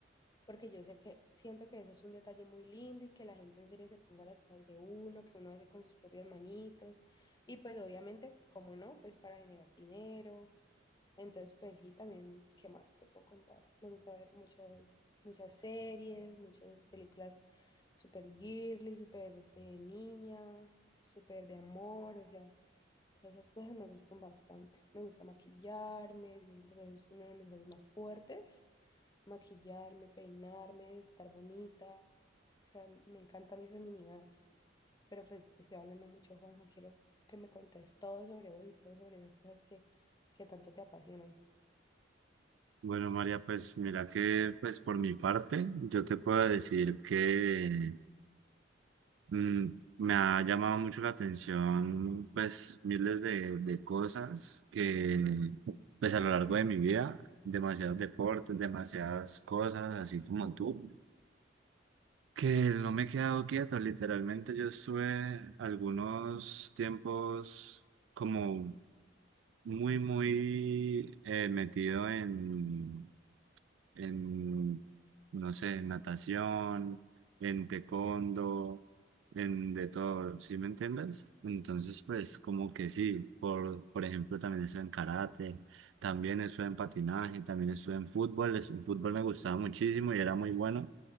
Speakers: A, on the left (about 20°); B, on the right (about 80°).
A: porque yo sé que siento que eso es un detalle muy lindo y que la gente en serio se ponga las cosas de uno, que uno hace con sus propias manitos y pues obviamente, ¿cómo no? Pues para generar dinero. Entonces, pues sí, también, ¿qué más te puedo contar? Me gusta ver mucho, muchas series, muchas películas súper girly, súper de niña, súper de amor, o sea, entonces, esas cosas me gustan bastante. Me gusta maquillarme, yo siento que es uno de mis hobbies más fuertes. Maquillarme, peinarme, estar bonita. O sea, me encanta mi feminidad. Pero pues estoy hablando mucho, Juanjo. Quiero que me contes todo sobre vos y todo sobre esas cosas que, que tanto te apasionan.
B: Bueno, María, pues mira que pues por mi parte, yo te puedo decir que mm, me ha llamado mucho la atención pues miles de, de cosas que pues a lo largo de mi vida, demasiados deportes, demasiadas cosas, así como tú. Que no me he quedado quieto, literalmente yo estuve algunos tiempos como muy, muy eh, metido en, en, no sé, en natación, en taekwondo, en de todo, ¿sí me entiendes? Entonces, pues como que sí, por, por ejemplo, también estuve en karate, también estuve en patinaje, también estuve en fútbol, es- en fútbol me gustaba muchísimo y era muy bueno